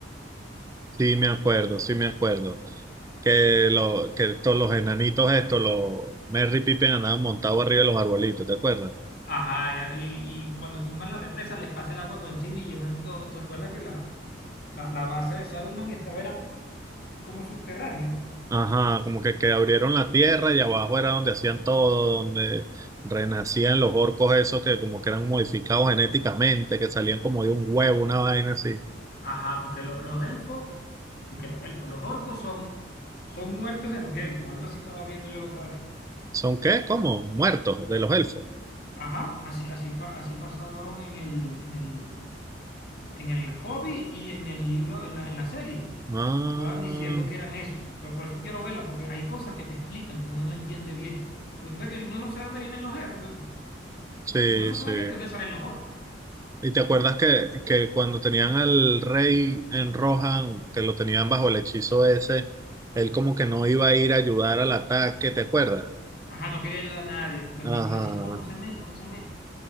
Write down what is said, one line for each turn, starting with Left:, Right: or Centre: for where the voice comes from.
Right: Sí, me acuerdo, sí me acuerdo. que, lo, que todos los enanitos estos, los Merry Pippin andaban montados arriba de los arbolitos, ¿te acuerdas?
Left: Ajá, y, y cuando tumban la represa les pasa el agua por encima y llenan todo. ¿Te acuerdas que la, la, la base de Saruman estaba era como subterránea?
Right: Ajá, como que, que abrieron la tierra y abajo era donde hacían todo, donde renacían los orcos esos que como que eran modificados genéticamente, que salían como de un huevo, una vaina así.
Left: Ajá, porque lo- los elfos, y que los elfos, los orcos son, son muertos de los elfos, algo así estaba viendo yo la otra vez.
Right: ¿Son qué? ¿Cómo? Muertos de los elfos.
Left: Ajá, así, así, pa- así pasaron en el, en el, en el Hobbit y en el libro, en la, en la serie.
Right: Ah,
Left: Estaban diciendo que eran eso, pero por eso quiero verla, porque hay cosas que te explican que uno no entiende bien. Porque tú sabes que uno no sabe dónde vienen los orcos
Right: sí,
Left: uno no
Right: sí.
Left: sabe bien de dónde salen los orcos.
Right: ¿Y te acuerdas que, que cuando tenían al rey en Rohan, que lo tenían bajo el hechizo ese, él como que no iba a ir a ayudar al ataque, ¿te acuerdas?
Left: Ajá, no quería ayudar a nadie, porque
Right: Ajá.
Left: el tipo le decía, no, no se meta, no se meta.